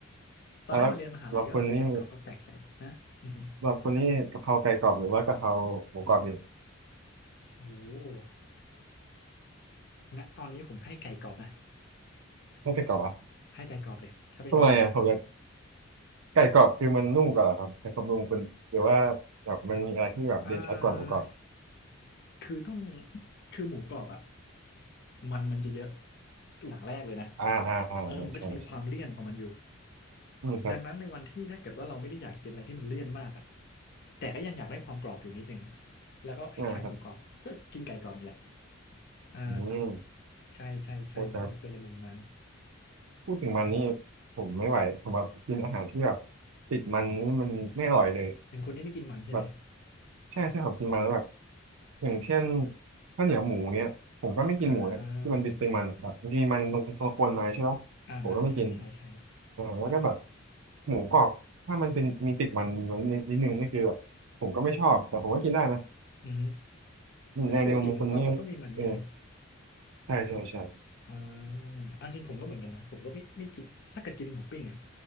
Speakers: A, on the left; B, on the right.
A: ตอนแรกมาเรียนมหาลัยก็เจอไก่กรอบก็แปลกใจนะอือหือ
B: อ่าแล้วเราคนนี้เราคนนี้กะเพราไก่กรอบหรือว่ากะเพราหมูกรอบดี
A: โอ้โหณตอนนี้ผมให้ไก่กรอบนะ
B: ไม่ไก่กรอบอ่ะ
A: ให้ไก่กรอบเลยถ้าเป็นกะเพรานะ
B: ทำไมอ่ะผมอยากไก่กรอบคือมันนุ่มกว่าเหรอครับในความรู้คุณหรือว่าแบบมันมีอะไรที่แบบเด่นชัดกว่าหมูกรอบ
A: อ่าคือต้องคือหมูกรอบอ่ะมันมันจะเยอะอย่างแรกเลยนะ
B: อ่าอ่าอ่าอ่าใช่ใช่
A: เออมันก็จะมีความเลี่ยนของมันอยู่
B: อืมครับ
A: ดังนั้นในวันที่ถ้าเกิดว่าเราไม่ได้อยากกินอะไรที่มันเลี่ยนมากอ่ะแต่ก็ยังอยากได้ความกรอบอยู่นิดนึงอะแล้วก็คล้ายๆหมูกรอบก็กินไก่กรอบนี่แหละ
B: อ่าครับ
A: อ่า
B: อืม
A: ใช่ใช่ใช่มันก็จะเป็นในมุมนั้น
B: โอ้ครับพูดถึงมันนี่ผมไม่ไหวผมแบบกินอาหารที่แบบติดมันนี่มันไม่อร่อยเลย
A: อย่างคุณนี่ไม่กินมันใช่ไหม
B: แบบใช่ใช่ผมกินมาแล้วแบบ อย่างเช่นข้าวเหนียวหมูเนี้ยผมก็ไม่กินหมูนะที่มันเป็นมันแบบบางทีมันเรากวนมาใช่ปะผมก็ไม่กิน
A: อ่าหมูอ่าอ่าใช่ใช่ใช่
B: เออแล้วก็แบบ
A: อ่ะ
B: หมูกรอบถ้ามันเป็นมีติดมันนิดนึงนี่คือแบบผมก็ไม่ชอบแต่ผมก็กินได้นะ
A: อือฮึ
B: อืมในในมุมคุณนี่
A: ซึ่งปกติหมูกรอบก็ต้องมีมันใช่ไหม
B: เออใช่ใช่ใช่
A: อ่าเอาจริงผมก็เหมือนกันนะผมก็ไม่ไม่กินถ้าเกิดกินหมูปิ้งอ่ะ